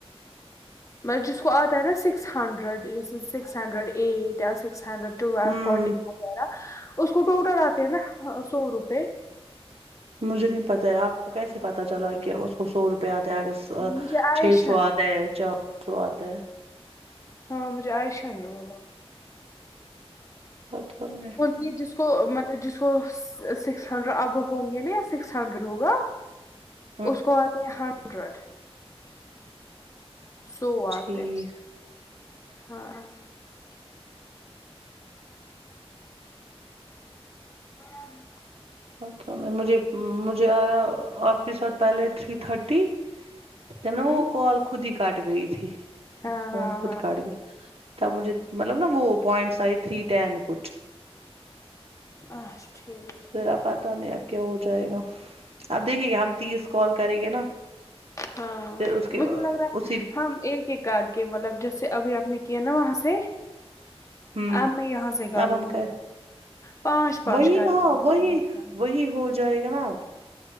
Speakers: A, on the left; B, on the right.
A: مطلب جس کو آتا ہے نا سکس ہنڈریڈ جیسے سکس ہنڈریڈ ایٹ یا سکس ہنڈریڈ ٹویل
B: ہوں
A: فورٹین وغیرہ اس کو ٹوٹل آتے ہے نا سو روپئے
B: مجھے نہیں پتاہ آپ کو کیسے پتتا چلا کیا اس کو سو روپے پیا اگر
A: مجھے عائشہ
B: چھ سو آتا
A: نے
B: ہے چار سو آتا ہے
A: ہاں مجھے عائشہ نے بولا
B: پت بن <unintelligible>
A: یہ جس کو مطلب جس کو سکس ہنڈریڈ اب ہوں گے نا یا سکس ہنڈریڈ ہوگا
B: <inaudible>
A: اس کو آتے ہیں ہنڈریڈ سووات
B: ٹھیک
A: ہے ہاں <unintelligible> ہ <unintelligible>
B: پتا نہیں مجھے مجھے آیا آپ کے ساتھ پہلے تھری تھرٹی جب ن
A: ہوں
B: وہ کال خود ہی کاٹ گئی تھی
A: ہاں
B: فون
A: ہاں
B: خود
A: ہاں
B: کاٹ گیا <unintelligible> تب مجھے مطلب نا وہ پوائنٹس آئی تھری ٹین کچھ
A: اچ ٹھیک <unintelligible>
B: ا پتا نہیں اب کیا ہو جائے گا آپ دیکھیے گا ہم تیس کال کریں گے نا
A: ہاں
B: پھر اس کے
A: مجھے لگ رہا ہے
B: اسی
A: ہم ایک کے کار کے مطلب جیسے ابھی آپ نے کیا نا وہاں سے
B: ہوں
A: اب میں یہاں سے کروں
B: آب ہم
A: گی
B: کر
A: پانچ پانچ
B: <unintelligible> وہی
A: کریں
B: نہ
A: گے
B: وہی
A: پانچ پانچ
B: وہی ہو ج <unintelligible> جائے گا نا آپ